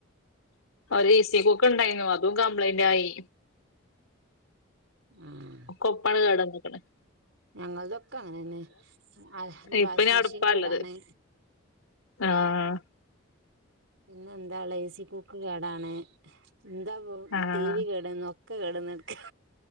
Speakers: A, on the left; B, on the right.
A: ഒര് ഈസി കുക്ക് ഇണ്ടായീന്നു. അതും കംപ്ലൈന്റ് ആയി.
B: ആഹ്.
A: ഒക്കൊപ്പാണ് കേടന്ന്ക്ണ്.
B: ഞങ്ങൾതൊക്കെ അങ്ങനെന്നെ. അൽഹം
A: ഇപ്പൊ
B: വാഷിംഗ്
A: ഞാൻ
B: മെഷീൻ
A: അടുപ്പാള്ളത്.
B: കേടാണ്.
A: ആഹ്
B: പിന്നെ എന്താ ഇള്ളെ എസി കുക്ക് കേടാണ്. എന്താ പ്പം
A: ആഹ്
B: ടി വി കേടന്ന്. ഒ ക്കെ കേടന്ന് കട്ക്കാ.